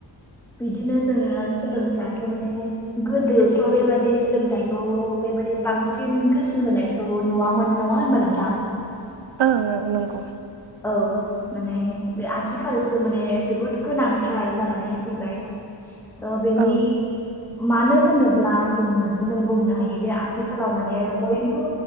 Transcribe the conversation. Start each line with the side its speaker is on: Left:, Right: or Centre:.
Centre: बिदिनो जोङो सोलोंथायाथ' माने गोदोथ' बेबादि सोलोंथाइखौ बेबादि बांसिन गोसो होनायखौ नुवामोन नङा होनबा नोंथां?
Right: ओं ओं नंगौ।
Centre: औ माने बे आथिखालसो माने जोबोद गोनांथार जानानै फैबाय। अ बेनि
Right: औ
Centre: मानो होनोब्ला जोङो जों बुंनो हायोदि आथिखालाव माने बयबो